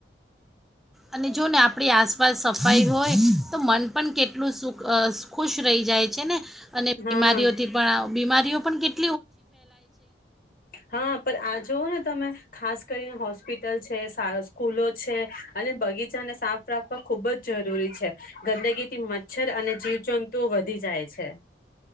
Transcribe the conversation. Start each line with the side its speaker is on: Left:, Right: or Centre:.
Centre: અને જોને આપ પણી આસપાસ સફાઈ હોય તો મન પણ કેટલું સુ અહ ખુશ રહી જાય. છે ને અને
Left: હા
Centre: બીમારીઓથી પણ આવ બીમારીઓ પણ કેટ
Left: હા પણ આ જોવોને તમે ખાસ કરીને હોસ્પિટલ છે, શા સ્કૂલો છે અને બગીચાને સાફ રાખવા ખૂબ જ જરૂરી છે. ગંદગી થી મચ્છર અને જીવજંતુ વધી જાય છે.